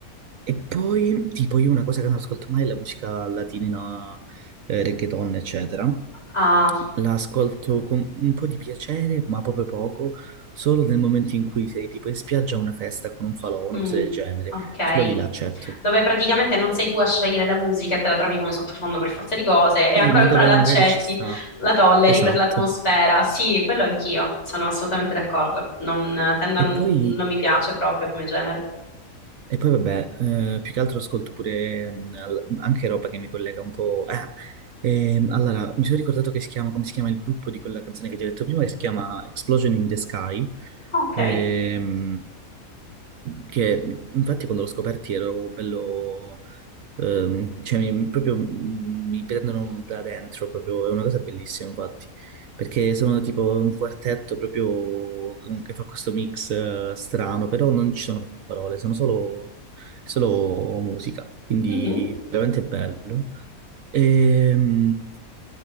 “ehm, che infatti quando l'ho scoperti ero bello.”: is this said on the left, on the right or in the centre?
Right